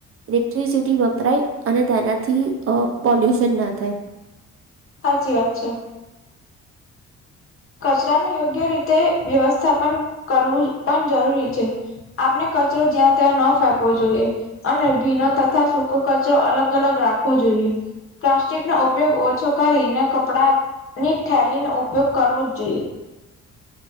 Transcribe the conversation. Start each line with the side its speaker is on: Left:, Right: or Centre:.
Right: ઇલેક્ટ્રિસિટી વપરાય અને તેનાથી અ પોલ્યુશન ના થાય.
Left: સાચી વાત છે. કચરાનું યોગ્ય રીતે વ્યવસ્થાપન કરવું પણ જરૂરી છે. આપને કચરો જ્યાં ત્યાં ન ફેંકવો જોઈએ. અને ભીનો તથા સૂકો કચરો અલગ અલગ રાખવો જોઈએ. પ્લાસ્ટિક નો ઉપયોગ ઓછો કરીને કપડાની થેલી નો ઉપયોગ કરવો જ જોઈએ.